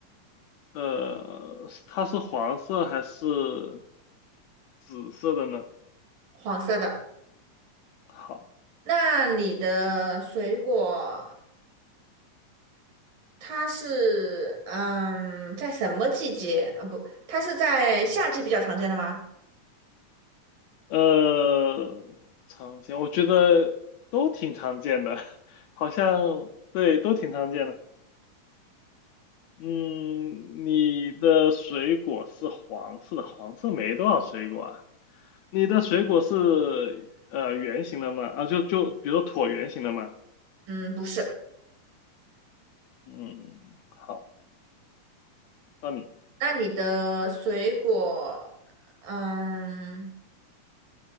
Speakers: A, on the left (about 70°); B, on the right (about 80°).
A: 呃，它是黄色还是紫色的呢？
B: 黄色的。
A: 好，
B: 那你的水果？它是嗯，在什么季节？呃，不，它是在夏季比较常见的吗？
A: 呃，常见，我觉得都挺常见的，<laughs> 好像对，都挺常见的。嗯，你的水果是黄色的，黄色没多少水果啊。你的水果是呃圆形的吗？啊，就就比如说椭圆形的吗？
B: 嗯，不是。
A: 嗯，好，到你。
B: 那你的水果，嗯，